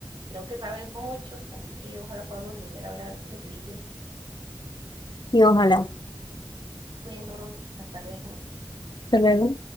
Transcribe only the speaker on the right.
Creo que sabes mucho, así que ojalá podamos volver a hablar de películas
pronto.
Bueno, hasta luego.